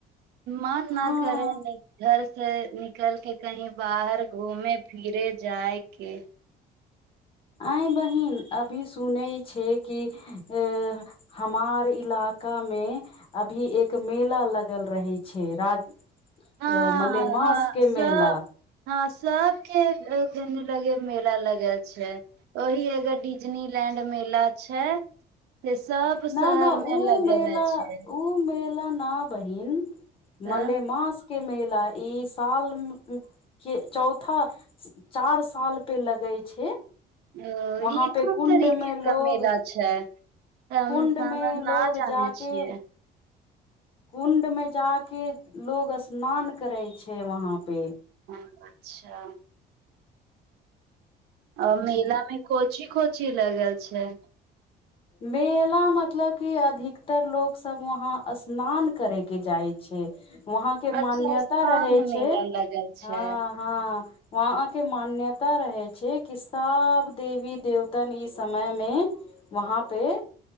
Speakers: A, on the right; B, on the left.
A: मन
B: हँ
A: ना करे घर से निकलके कही बाहर घूमे फिरे जायके
B: आ बहिन अभी सुनै छै कि अ हमार इलाका मे अभी एक मेला लगल रहै छै राज
A: हँ
B: ए मलेमास
A: ह
B: के
A: सब
B: मेला
A: हँ सब के घेने लगे मेला लगल छै ओह एगो डिजनी लैंड मेला छै से सब
B: न
A: शहर
B: ना
A: मे
B: ओऊ
A: लगेले
B: मेला
A: छै
B: उऊ मेल न बहिन
A: तऽ
B: मले मस के मेला ई साल के चौथा चार साल पे लगे छै
A: ओ
B: वहाँ
A: ई
B: पे
A: कोन
B: कुण्ड
A: तरीक
B: मे लोग
A: रमेला छै त हम
B: कुण्ड
A: हम
B: मे
A: न
B: लोग
A: जानै
B: जाके
A: छियै
B: कुण्ड मे जााक लोग स्नान करै छै वहाँ पे
A: ह अच्छा आ
B: हूँ।
A: मेलामे कोची कोची लगल छै
B: मेला मतलब की अधिकतर लोकोग सब वहा स्नान करे के जाइ छै वहाँ के मान्यता
A: अच्छा स्नान
B: रहे छै
A: मेला लगल छै
B: हँ हँ वहाके मान्यता रहे छै कसाब देवी देवतन ईस समय में वहाँ पे